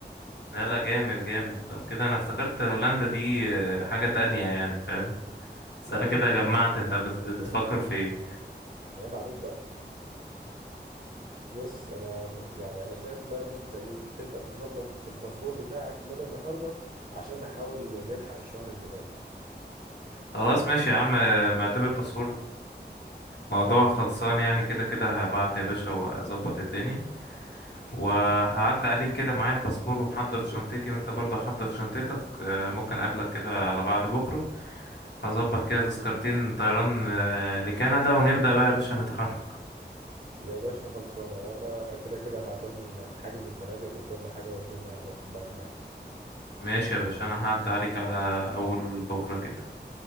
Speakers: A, on the left (about 75°); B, on the right (about 55°).
A: لا لا جامد جامد لو كده انا افتكرت هولندا دي آه، حاجة تانية يعني فاهم بس
B: لا
A: انا كده
B: لا لا
A: جمعت
B: لا ده
A: انت بت-
B: امستردام
A: بتفكر في ايه
B: عيب عليك بقى بص انا م- يعني انا شايف بقى ان انت ايه تبدأ تظبط في الباسبور بتاعك من النهارده عشان نحاول نلحق الشهر الجاي
A: خلاص ماشي يا عم آه، معتبر باسبور موضوع خلصان يعني كده كده هبعت يا باشا واظبط الدنيا وهعدي
B: مم.
A: عليك كده معايا الباسبور ومحضر شنطتي وانت برضه حضر شنطتك آه، ممكن اقابلك كده
B: مم.
A: على بعد بكرة هظبط كده تذكرتين
B: مم.
A: طيران آه، لكندا ونبدأ بقى يا باشا نتحرك
B: يا باشا خلصانه وانا كده كده هكون حاجز الفنادق وكل حاجه والدنيا هظبطها يعني
A: ماشي يا باشا انا هعدي عليك على
B: ماشي
A: اول
B: يا عم
A: بكرة كده